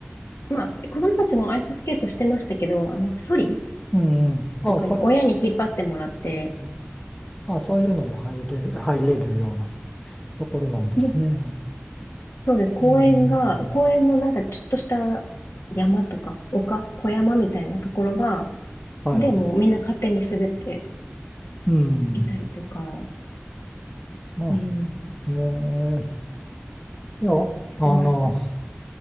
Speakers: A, on the left; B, on the left.
A: まあ、子供たちもアイススケートしてましたけど、あの、ソリ
B: うんうん。ああ、
A: とかに親に引っ張ってもらって、
B: それ、うんうんああ、そういうのも入れる、入れるようなところなんですね。
A: もう、そうです。公園が、
B: うんうん。
A: 公園のなんかちょっとした山とか、丘、小山みたいなところが、
B: はい。
A: で、もうみんな勝手に滑って
B: うん。
A: いたりとか、
B: まあ
A: うん、
B: ええいや、
A: してましたね。
B: あの、